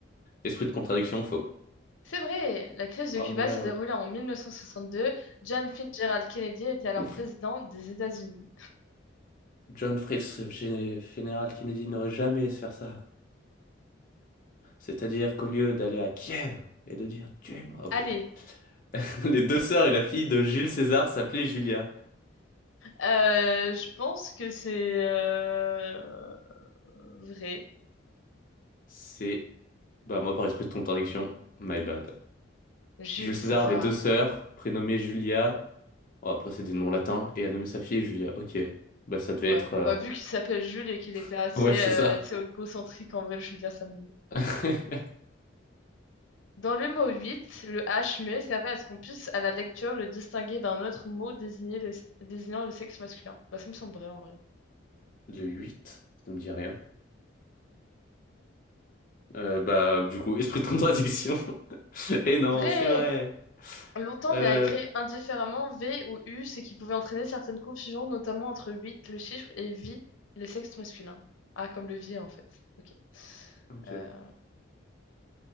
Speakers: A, on the left; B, on the left.
A: Esprit de contradiction, faux.
B: C'est vrai! La crise de
A: Oh
B: Cuba
A: no.
B: s'est déroulée en 1962. John Fitzgerald Kennedy était alors
A: <laughs>
B: président des États-Unis.
A: John Fritz, géné- général Kennedy, n'aurait jamais laissé faire ça. C'est-à-dire qu'au lieu d'aller à Kiev et de dire tuez-moi, ok,
B: Allez,
A: pardon. <laughs> Les deux sœurs et la fille de Jules César s'appelaient Julia.
B: euh, je pense que c'est euh, vrai.
A: C'est, bah moi par esprit de contradiction, my bad.
B: Jules
A: Jules César
B: César.
A: avait deux sœurs, prénommées Julia. Oh, après c'est des noms latins et a nommé sa fille Julia. Ok, bah ça devait
B: Ouais.
A: être, euh,
B: Bah, vu qu'il s'appelle Jules et qu'il était assez
A: <laughs> ouais c'est
B: euh,
A: ça.
B: tu sais, égocentrique, en vrai, Julia, ça me...
A: <laughs>
B: Dans le mot 8, le H muet servait à ce qu'on puisse, à la lecture, le distinguer d'un autre mot désigné le- désignant le sexe masculin. Bah, ça me semble vrai en vrai.
A: Le 8 ça me dit rien. Euh, bah du coup <laughs> esprit de contradiction. <laughs> Et non,
B: Vrai!
A: c'est vrai.
B: Longtemps,
A: Euh,
B: on a écrit indifféremment V ou U, ce qui pouvait entraîner certaines confusions, notamment entre 8, le chiffre, et vie, le sexe masculin. Ah, comme le vie en fait. Ok.
A: ok.
B: Euh,